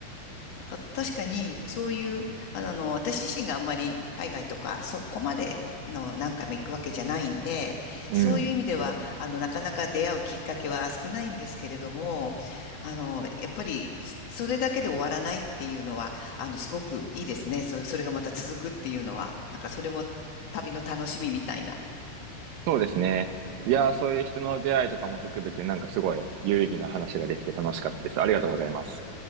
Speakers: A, on the left (about 65°); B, on the right (about 85°).
A: なんか確かに、そういう、ああの、私自身があんまり海外とか、そこまでの何回も行くわけじゃないんで、
B: うん。
A: そういう意味では、あの、なかなか出会うきっかけは少ないんですけれども、あの、やっぱり、そそれだけで終わらないっていうのは、あの、すごくいいですね。それ、それがまた続くっていうのは、なんかそれも旅の楽しみみたいな。
B: そうですね。いやー、そういう人の出会いとかも含めて、なんかすごい有意義な話ができて楽しかったです。ありがとうございます。